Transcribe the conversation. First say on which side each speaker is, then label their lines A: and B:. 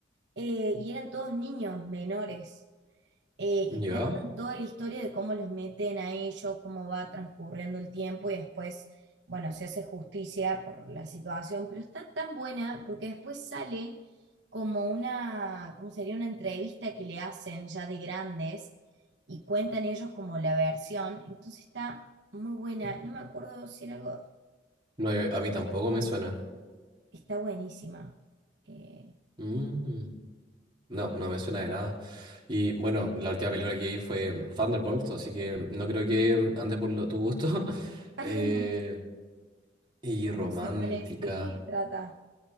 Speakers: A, on the right (about 65°); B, on the right (about 25°).
A: eh, y eran todos niños menores. Eh, y
B: ¿Ya?
A: cuentan toda la historia de cómo los meten a ellos, cómo va transcurriendo el tiempo y después bueno, se hace justicia por la situación, pero está tan buena porque después sale como una, ¿cómo sería? Una entrevista que le hacen ya de grandes y cuentan ellos como la versión. Entonces está muy buena. No me acuerdo si era algo,
B: No, eh, a mí tampoco me suena.
A: está buenísima. Eh,
B: Mm. No, no me suena de nada. Y bueno, la última película que vi fue mm, Thunderbolts, así que no creo que mm, ande por lo- tu gusto. <laughs>
A: <laughs>
B: Eh,
A: no,
B: y romántica.
A: no sé cuál es. ¿De qué trata?